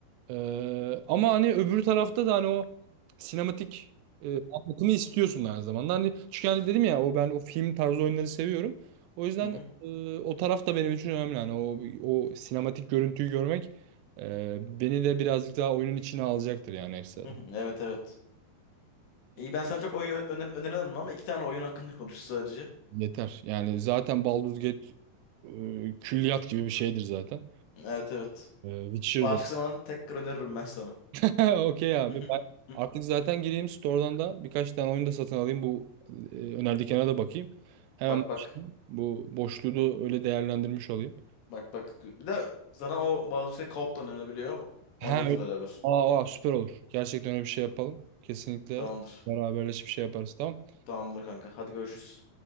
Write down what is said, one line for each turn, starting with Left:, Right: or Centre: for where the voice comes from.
Right: Ee, ama hani öbür tarafta da hani o sinematik e, anlatımı istiyorsun aynı zamanda. Hani çünkü hani dedim ya o ben o film tarzı oyunları seviyorum. O yüzden
Left: Hı hı.
Right: e, o taraf da benim için önemli. Hani o o sinematik görüntüyü görmek e, beni de birazcık daha oyunun içine alacaktır yani ekstradan.
Left: hı hı. Evet evet. İyi ben sana çok oyun ö- öner öneremem ama iki tane oyun hakkında konuştuk sadece.
Right: Yeter. Yani zaten Baldur's Gate e, külliyat gibi bir şeydir zaten.
Left: Evet evet.
Right: E, Witcher'da.
Left: Başka zaman tekrar öneririm ben sana.
Right: <laughs> Okey abi.
Left: <laughs>
Right: Ben artık zaten gireyim store'dan da birkaç tane oyun da satın alayım. Bu e, önerdiklerine de bakayım. Hemen
Left: Bak bak.
Right: bu boşluğu da öyle değerlendirmiş olayım.
Left: Bak bak. Bir de sana o Baldur's Gate co-op da önerilebiliyor.
Right: Ha,
Left: Oynarız
Right: öyle.
Left: beraber.
Right: Aa, aa, süper olur. Gerçekten öyle bir şey yapalım. Kesinlikle
Left: Tamamdır.
Right: beraberleşip şey yaparız tamam.
Left: Tamamdır kanka. Hadi görüşürüz.